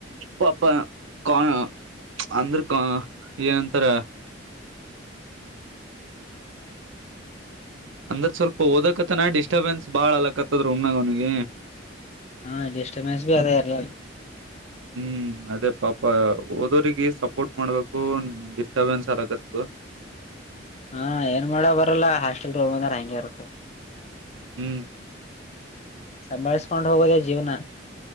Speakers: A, on the right; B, on the left.
A: ಪಾಪಾ ಕೋನ್ ಅಂದ್ರ ಕೊ ಏನಂತಾರ. ಅಂದ್ರ ಸ್ವಲ್ಪ ಓದಕತ್ತಾನ ಡಿಸ್ಟಪೆನ್ಸ್ ಬಾಳ ಅಲಕತ್ತದ ರೋಮನ್ಯಾಗ ಅವನಿಗೆ.
B: ಹಾಂಡಿಸ್ಟರ್ಬೆನ್ಸ್ಗೆ ಅದೆ ಇರ್ಲಿ ಆಳ.
A: ಹು ಅದೇ ಪಾಪ ಓದುರಿಗೆ ಸಪೋರ್ಟ್ ಮಾಡ್ಬೇಕು ಡಿಸ್ಟರ್ಬೆನ್ಸ್ ಆಗಕತ್ತದ.
B: ಹಾ ಏನ್ ಮಾಡೋಬರಲ್ಲಾ ಹಾಸ್ಟೆಲ್ ರೋಮ್ ಅಂದ್ರ ಹಂಗೆ ಇರುತ್ತದ.
A: ಹು
B: ಸಂಭಾಳಸ್ಕೊಂಡ್ ಹೋಗೋದೇ ಜೀವನಾ.